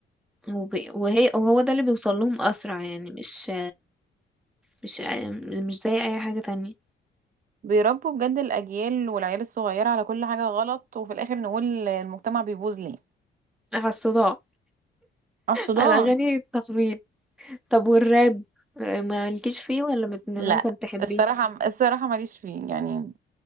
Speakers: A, in the centre; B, on the right.
A: وب- وهي وهو ده اللي بيوصل لهم أسرع يعني مش مش مش زي أي حاجة تانية
B: بيربوا بجد الاجيال والعيال الصغيره على كل حاجه غلط وفي الاخر نقول المجتمع بيبوظ ليه
A: على الصداع
B: على الصداع
A: على أغاني التخبيط طب والراب ما لكيش فيه ولا بت- ممكن
B: لا
A: تحبيه
B: الصراحه الصراحه ماليش فيه يعني